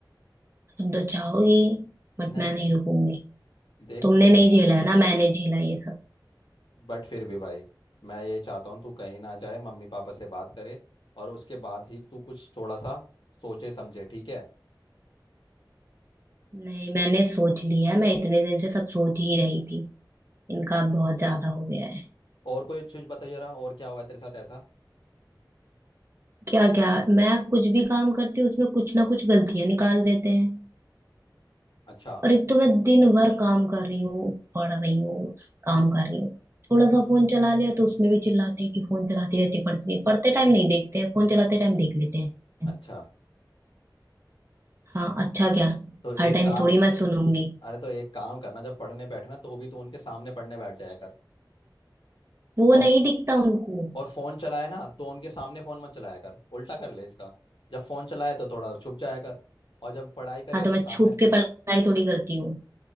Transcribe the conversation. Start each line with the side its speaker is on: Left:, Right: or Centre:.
Right: तुम तो चाहोगी बट
Left: नहीं
Right: मैं नहीं
Left: ज-
Right: रुकूंगी
Left: देख
Right: तुमने नहीं झेला है ना मैंने झेला ये सब
Left: बट फिर भी भाई मैं ये चाहता हूँ तू कहीं ना जाए मम्मी पापा से बात करे और उसके बाद ही तू कुछ थोड़ा सा सोचे समझे ठीक है
Right: नहीं मैंने सोच लिया है मैं इतने दिन से सब सोच ही रही थी इनका बहुत ज्यादा हो गया है
Left: और कोई चीज बता जरा और क्या हुआ है तेरे साथ ऐसा
Right: क्या क्या मैं कुछ भी काम करती हूँ उसमें कुछ ना कुछ गलतियां निकाल देते हैं
Left: अच्छा
Right: और एक तो मैं दिन भर काम कर रही हूँ पढ़ रही हूँ काम कर रही हूँ थोड़ा सा फोन चला लिया तो उसमें भी चिल्लाते हैं कि फोन चलाते रहते हैं, पढ़ते नहीं पढ़ते टाइम नहीं देखते हैं फोन चलाते टाइम देख लेते हैं
Left: अच्छा
Right: हाँ अच्छा क्या
Left: तो
Right: हर
Left: एक
Right: टाइम
Left: काम
Right: थोड़ी मैं सुनूंगी
Left: अरे तो एक काम करना जब पढ़ने बैठे ना तो भी तू उनके सामने पढ़ने बैठ जाया कर
Right: वो नहीं
Left: और फ-
Right: दिखता उनको
Left: और फोन चलाए ना तो उनके सामने फोन मत चलाया कर उल्टा कर ले इसका जब फोन चलाए तो थोड़ा छुप जाया कर और जब पढ़ाई करे
Right: हाँ तो
Left: तो
Right: मैं
Left: सामने
Right: छुप के पढ़ाई थोड़ी करती हूँ